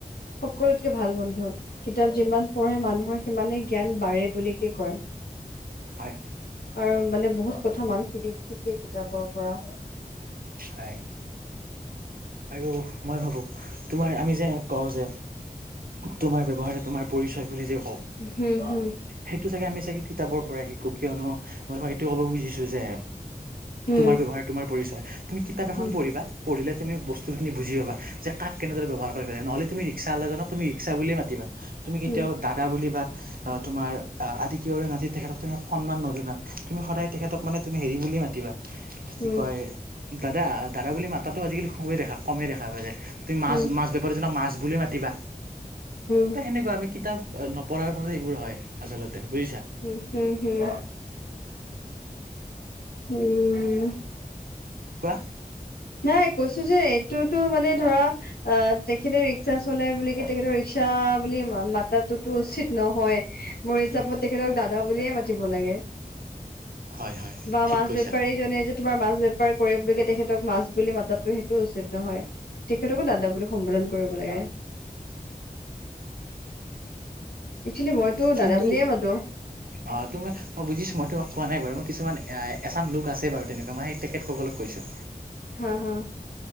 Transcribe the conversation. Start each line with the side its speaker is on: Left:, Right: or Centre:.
Left: সকলোতে! ভাল বন্ধু কিতাপ যিমান পঢ়ে মানুহৰ সিমানে জ্ঞান বাঢ়ে বুলিকে কয়।
Right: হয়
Left: আৰু মানে বহুত কথা মানুহ শিক শিকে কিতাপৰ পৰা।
Right: হয় আৰু মই ভাবোঁ তোমাৰ আমি যে কওঁ যে! তোমাৰ ব্যৱহাৰে তোমাৰ পৰিচয় বুলি যে কও।
Left: হম হুম
Right: সেইটো চাগে আমি চাগে কিতাপৰ পৰাই শিকো কিয়নো মই তোমাক এইটো কব খুজিছো যে!
Left: হম হম
Right: তোমাৰ ব্যৱহাৰে তোমাৰ পৰিচয় তুমি কিতাপ এখন
Left: উম
Right: পঢ়িবা। পঢিলে তুমি বস্তুখি বুজি পাবা কাক কেনেকে ব্যৱহাৰ কৰিবা নহলে তুমি ৰিক্সাৱালাজনক তুমি ৰিক্সা বুলিয়েই মাতিবা। তুমি কেতিয়াও
Left: উম
Right: দাদা বুলি বা তোমাৰ আদি কিয়ৰে নাতি তেখেতক তুমি সন্মান নজনা। তুমি সদায় তেখেতক মানে তুমি হেৰি বুলিয়েই মাতিবা কি
Left: উম
Right: কয়? দাদা দাদা বুলি মাতাতো আজিকালি! খুবেই দেখা কমেই দেখা পোৱা যায়, তুমি মাছ
Left: উম উম
Right: মাছ বেপাৰীজনক মাছ বুলি মাতিবা।
Left: উম
Right: ত সেনেকুৱা আমি কিতাপ নপঢ়াৰ ফলত সেইবোৰ হয়, আচলতে বুজিছা।
Left: উম হুম হুম উম
Right: কোৱা
Left: নাই কৈছো যে এইটোতো মানে ধৰা! আহ তেখেতে ৰিক্সা চলাই বুলি ক তেখেতৰ ৰিক্সা বুলি মাতাোতো উচিত নহয়। মোৰ হিচাপত
Right: উম
Left: তেখেতক দাদা বুলিয়ে মাতিব লাগে।
Right: হয় হয়
Left: বা
Right: ঠিক
Left: মাছ
Right: কৈছা
Left: বেপাৰী জনে যে তোমাৰ মাছ বেপাৰ কৰে বুলি কে তেখেতক মাছ! বুলি মাতাতো সেইটো উচিত নহয়, তেখেতকো দাদা বুলি সম্বোধন কৰিব লাগে। অক্সুৱালি মইতো
Right: কিন্তু
Left: দাদা বুলিয়ে মাতো।
Right: অ তুম মই বুজিছো মই তোমাক কোৱা নাই বাৰু মই কিছুমান এ এছাম লোক আছে বাৰু তেনেকুৱা মই সেই! তেখেতসকলক কৈছোঁ।
Left: হা হা